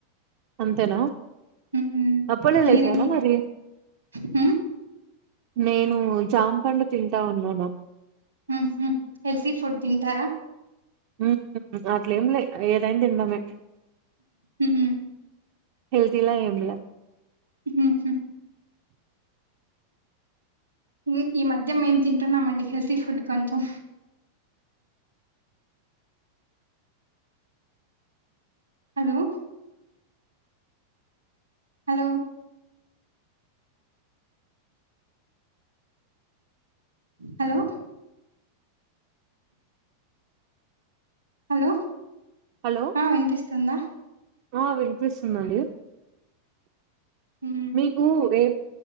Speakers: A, on the right; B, on the right.
A: అంతేనా
B: ఉహు
A: అప్పన్నే
B: మీరేం
A: లేసారా మరి
B: ఉ
A: నేను జాంపండు తింటా ఉన్నాను
B: ఉ హు హెల్తి ఫుడ్ తింటారా
A: ఉ హు హు అట్లేంలే ఏదైనా తినడమే
B: ఉహు
A: హెల్తీలల్యా ఏం ల్యా
B: ఉహు మీకి ఈ మధ్య మేము తింటున్నామండి హెల్తీ ఫుడ్ కొంచెం. Hello hello hello hello
A: hello
B: ఆ వినిపిస్తుందా
A: ఆ వినిపిస్తుందండి
B: ఉమ్.
A: మీకు <unintelligible>